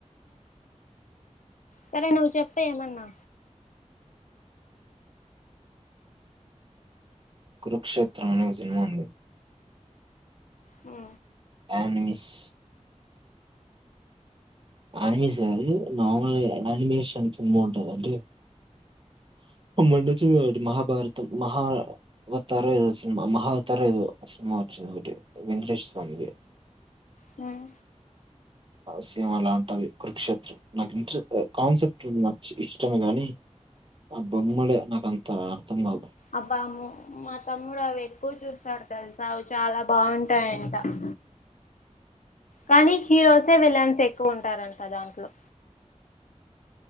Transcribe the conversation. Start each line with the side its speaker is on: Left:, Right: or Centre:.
Left: సరే నువ్వు చెప్పు ఏమన్నా
Right: కురుక్షేత్రం అనే ఒక సినిమా ఉంది
Left: ఆ
Right: ఆనిమిస్ ఆనిమేష్ అది నార్మల్గా ఆనిమేషన్ సినిమా ఉంట అంటే మొన్న వచ్చింది కదా ఒకటి మహాభారతం మహావతారా ఏదో సినిమా మహావతారా ఏదో సినిమా వచ్చింది ఒకటి వెంకటేష్ స్వామిది
Left: హ్మ్
Right: సమాల <unintelligible> అది కురుక్షేత్రం నాకు ఇన్ కాన్సెప్ట్ ఇష్టమే గాని ఆ బొమ్మలే నాకంత అర్థం కావు
Left: అబ్బా అమ్ మా తమ్ముడు అవి ఎక్కువ చూస్తాడు తెలుసా అ చాలా బాగుంటాయంట అ కానీ హీరోసే విలన్స్ ఎక్కువ ఉంటారంట దాంట్లో